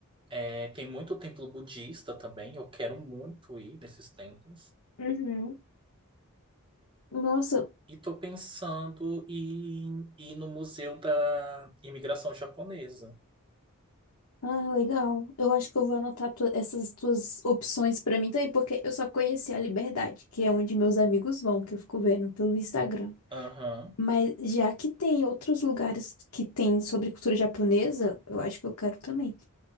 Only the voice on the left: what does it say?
Uhum. Nossa,
ah, legal. Eu acho que eu vou anotar tu- essas tuas opções pra mim também, porque eu só conheci a Liberdade, que é onde meus amigos vão, que eu fico vendo pelo Instagram.
Mas já que tem outros lugares que tem sobre cultura japonesa, eu acho que eu quero também.